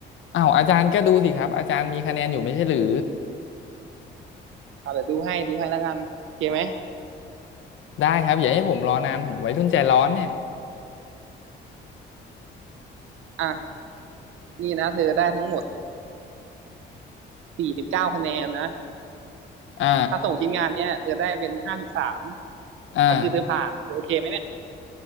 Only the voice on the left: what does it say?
อ้าวอาจารย์ก็ดูสิครับอาจารย์มีคะแนนอยู่ไม่ใช่หรือ
ได้ครับอย่าให้ผมรอนานผมวัยรุ่นใจร้อนเนี่ย
อ่า
อ่า